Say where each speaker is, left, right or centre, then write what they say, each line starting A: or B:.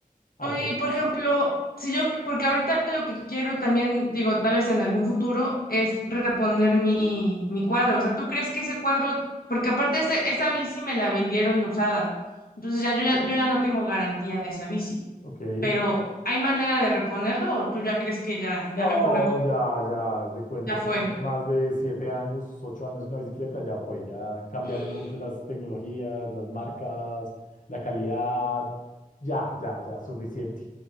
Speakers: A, on the left; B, on the left.
A: A
B: Oye,
A: tres.
B: y por ejemplo, si yo, porque ahorita lo que quiero también, digo, tal vez en algún futuro, es reponer mi, mi cuadro. O sea, ¿tú crees que ese cuadro, porque aparte ese- esa bici me la vendieron usada, entonces ya, yo ya, yo ya no tengo garantía de esa bici,
A: Ok.
B: pero ¿hay manera de reponerlo o tú ya crees que ya,
A: No,
B: ya mejor me, co-
A: ya, ya, haz de cuenta,
B: ya
A: si
B: fue?
A: tiene más de siete años, ocho años una bicicleta, ya fue, ya cambiaron
B: <gasps>
A: mucho las tecnologías, las marcas, la calidad, ya, ya, ya, suficiente.